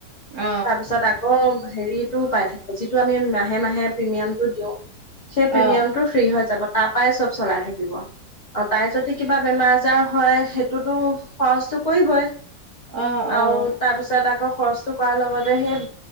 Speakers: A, on the right; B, on the left.
A: অ',
B: তাৰপিছত আকৌ হেৰিতটো পাই থাকিব যিটো আমি মাহে মাহে প্ৰিমিয়ামটো দিও সেই
A: অ',
B: প্ৰিমিয়ামটো
A: অ',
B: ফ্ৰী হৈ যাব, তাৰপৰাই চব চলাই থাকিব। আৰু তাই যদি কিবা বেমাৰ আজাৰ হয় সেইটোতো খৰচটো কৰিবই।
A: অ', অ',
B: আৰু তাৰপিছত আকৌ সচ কৰ লগতে সেই